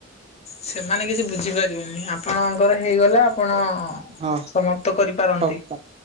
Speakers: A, on the left; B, on the right.
A: ସେମାନେ କିଛି ବୁଝିପାରିବେନି ଆପଣଙ୍କର ହେଇଗଲା ଆପଣ
B: ହଁ
A: ସମାପ୍ତ କରିପାରନ୍ତି?
B: ହଉ କାଟ।